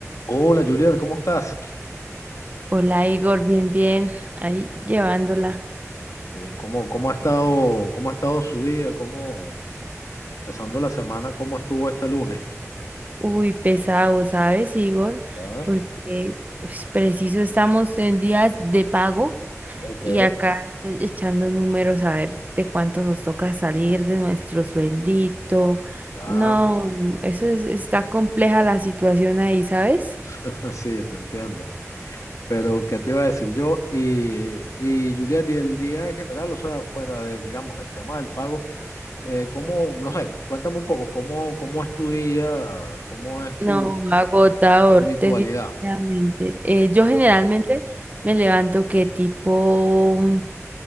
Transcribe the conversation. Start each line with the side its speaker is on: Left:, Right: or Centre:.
Left: Hola Juliet, ¿cómo estás?
Right: Hola Igor, bien, bien, ahí llevándola.
Left: Muy Bien, ¿cómo, cómo ha estado, cómo ha estado su día? ¿Cómo, empezando la semana, cómo estuvo este lunes?
Right: Uy, pesado, ¿sabes, Igor?
Left: Ah,
Right: Porque pues, preciso estamos en días de pago
Left: ok,
Right: y acá e- echando números a ver de cuánto nos toca salir de nuestro sueldito.
Left: ya,
Right: No, eso es- está compleja la situación ahí, ¿sabes?
Left: <laughs> sí, te entiendo. Pero, ¿qué te iba a decir yo? Y, y Juliet, y el día en general, o sea, fuera de, digamos, del tema del pago, eh, ¿cómo, no sé, cuéntame un poco, ¿cómo, cómo es tu día? ¿Cómo es
Right: No,
Left: tu,
Right: agotador,
Left: tu habitualidad?
Right: definitivamente. Eh, yo generalmente
Left: Ajá,
Right: me levanto que tipo